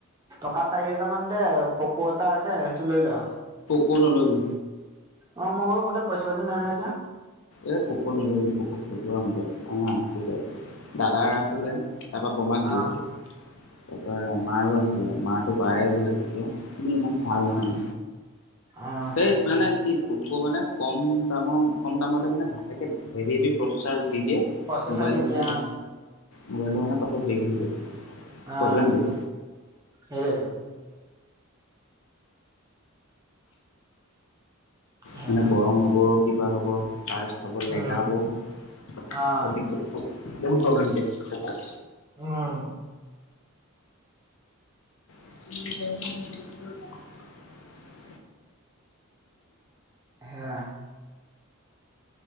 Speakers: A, on the right; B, on the left.
A: টকা চাৰি হাজাৰ মান দে পকো এটা আছে সেইটো লৈ ল
B: পকো নলবি
A: অ' মই বোলো মো তা পইচা পাতি নাই নহয় এতিয়া
B: এ পকো নলবি পকো ফটোৱা মোবাইল আমাৰ আছিলে দাদাৰ আছিলে
A: উম,
B: তাৰ পৰা বোমাক দিলেহেতো
A: অ',
B: তাৰপৰা মায়ো আছিলে মাটো বায়ে লৈ আছে এতিয়া ইমান মান ভাল নহয়
A: অ', অ',
B: এই তেনে কি প্ৰকো মানে কম দামত কম দামতে মানে হেভি হেভি প্ৰচেচাৰ দি
A: প্ৰচেছাৰ
B: মোবাইলটো
A: দি দিয়ে
B: মানে
A: অ',
B: মোবাইলটো মানে পাছত হেয়ি হৈ গল
A: অ',
B: প্ৰব্লেম দিয়ে
A: হেটো সেয়া
B: মানে গৰম হ'ব কিবা হ'ব চাৰ্চ যাব লেগাব
A: উম,
B: বহুত
A: অ',
B: প্ৰব্লেম দিয়ে পকো
A: উম
B: <unintelligible>
A: হে